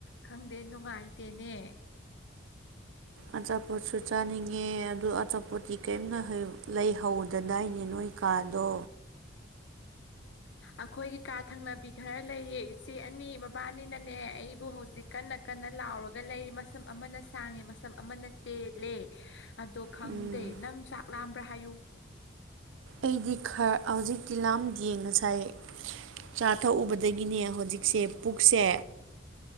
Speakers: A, on the left; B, on the right.
A: ꯈꯪꯗꯦ ꯅꯨꯡꯉꯥꯏꯇꯦꯅꯦ
B: ꯑꯆꯥꯄꯣꯠꯁꯨ ꯆꯥꯅꯤꯡꯉꯦ ꯑꯗꯨ ꯑꯆꯥꯄꯣꯠꯇꯤ ꯀꯋꯤꯝꯅ ꯍꯌꯥꯎ ꯂꯩꯍꯧꯗꯗꯥꯏꯅꯦ ꯅꯣꯏ ꯀꯥꯗꯣ
A: ꯑꯩꯈꯣꯏꯒꯤ ꯀꯥ ꯊꯪꯅꯕꯤ ꯈꯔ ꯂꯩꯌꯦ ꯏꯆꯦ ꯑꯅꯤ ꯃꯕꯥꯅꯤꯅꯅꯦ ꯑꯩꯕꯨ ꯍꯧꯖꯤꯛ ꯀꯟꯅ ꯀꯟꯅ ꯂꯥꯎꯔꯒ ꯂꯩꯔꯤ ꯃꯁꯝ ꯑꯃꯅ ꯁꯥꯡꯉꯦ ꯃꯁꯝ ꯑꯃꯅ ꯇꯦꯜꯂꯦ ꯑꯗꯣ ꯈꯪꯗꯦ
B: ꯎꯝ
A: ꯅꯪ ꯆꯥꯛ ꯂꯥꯑꯝꯕ꯭ꯔꯥ ꯍꯥꯏꯌꯨ
B: ꯑꯩꯗꯤ ꯈꯔ ꯍꯧꯖꯤꯛꯇꯤ ꯂꯝ ꯌꯦꯡꯉ ꯁꯥꯏꯑ ꯆꯥ ꯊꯛꯎꯕꯗꯒꯤꯅꯦ ꯍꯧꯖꯤꯛꯁꯦ ꯄꯨꯛꯁꯦ